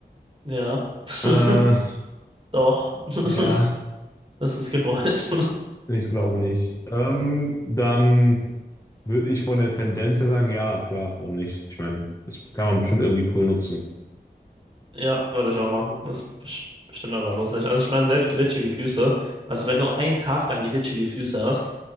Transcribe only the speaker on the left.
Äh,
ja,
ich glaube nicht. Ähm, dann würde ich von der Tendenz her sagen, ja, klar, warum nicht? Ich meine, das kann man bestimmt irgendwie cool nutzen.